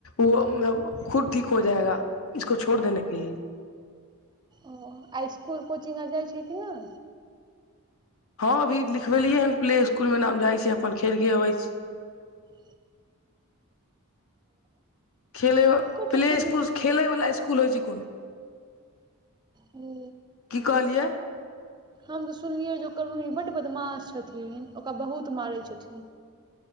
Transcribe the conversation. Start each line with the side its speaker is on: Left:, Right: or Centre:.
Left: ओ खुद ठीक हो जाएगा इसको छोड़ देने के लिए
Right: ओ आ स्कुल कोचिंग आर जाइ छै कि नऽ
Left: हँ अभी लिखबेलियै हन प्ले स्कुल मऽ नाम जाइ छै अपन खेलके अबै छै
Right: <unintelligible>
Left: खेल
Right: ओकर
Left: प्ले
Right: तऽ सुनै
Left: स्कुल खेले वला स्कुल होइ छै कोन
Right: हू
Left: की कहलियै
Right: हम तऽ सुनलियै जे ओकर मम्मी बड्ड बदमाश छथिन ओकरा बहुत मारै छथिन